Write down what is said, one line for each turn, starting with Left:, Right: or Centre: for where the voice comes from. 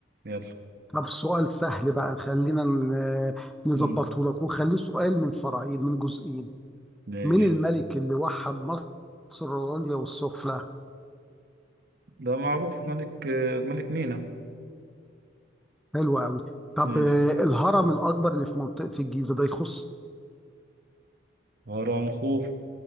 Right: يلا
Centre: طب سؤال سهل بقى خلينا ن- نظبطه
Right: مم.
Centre: لك وخليه سؤال من فرعين من جزئين
Right: ماشي
Centre: مين الملك اللي وحد مصر العليا والسفلى؟
Right: ده معروف ملك آه، ملك مينا
Centre: حلو أوي طب
Right: ماشي
Centre: آه، الهرم الأكبر اللي في منطقة الجيزة ده يخص
Right: هرمخوف